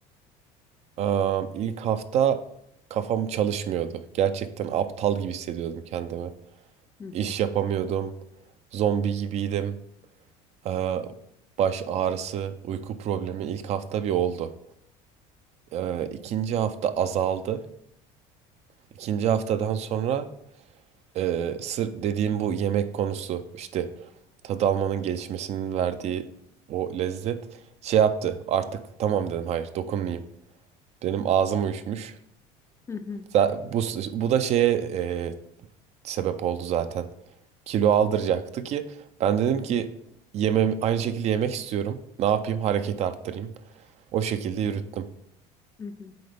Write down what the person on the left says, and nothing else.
Hı hı.
Hı hı.
Hı hı.